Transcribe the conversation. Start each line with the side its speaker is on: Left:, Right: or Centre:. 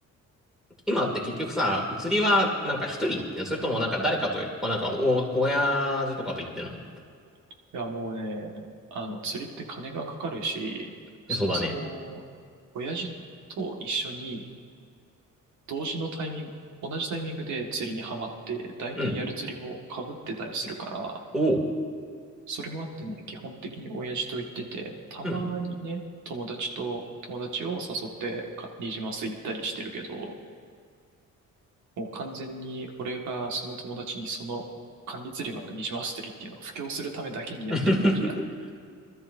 Centre: 今って結局さ、釣りはなんか一人行ってんのそれともなんか誰かと、あなんかお、親父とかと行ってんの
Right: いや、もうね、あの、釣りって金がかかるし、
Centre: えそうだね。
Right: そもそも、親父と一緒に、同時のタイミング、同じタイミングで釣りにはまって、大体やる釣りも被ってたりするから、
Centre: うん。おお。
Right: それもあってね、基本的に親父と行ってて、たまにね、
Centre: うん。
Right: 友達と、友達を誘ってか、ニジマス行ったりしてるけど、もう完全に俺がその友達にその、管理釣り場のニジマス釣りっていうのを布教するためだけにやってる感じだね。
Centre: <laughs>